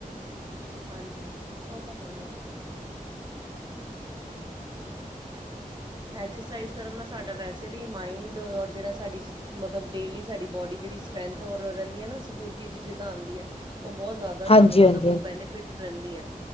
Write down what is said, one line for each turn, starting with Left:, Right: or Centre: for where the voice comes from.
Right: ਹਾਂਜੀ, ਓ ਤਾਂ ਹੈ ਈ ਐ। ਐਕਸਰਸਾਈਜ਼ ਕਰਨ ਨਾਲ ਸਾਡਾ ਵੈਸੇ ਵੀ ਮਾਇਂਡ ਔਰ ਜਿਹੜਾ ਸਾਡੀ ਮਤਲਬ ਡੇਲੀ ਸਾਡੀ ਬੋਡੀ ਜਿੜੀ ਸਟਰੈਂਥ ਓ ਰਹਿੰਦੀ ਐ ਨਾ ਸਫੂਰਤੀ ਜੀ ਜਿਦਾਂ ਆਂਦੀ ਐ ਓ ਬੋਤ ਜਾਦਾ
Left: ਹਾਂਜੀ
Right: ਸਾਨੂੰ ਮਤਲਬ
Left: ਹਾਂਜੀ ਹਾਂਜੀ
Right: ਓ ਬੈਨੀਫਿਟ ਰਹਿੰਦੀ ਐ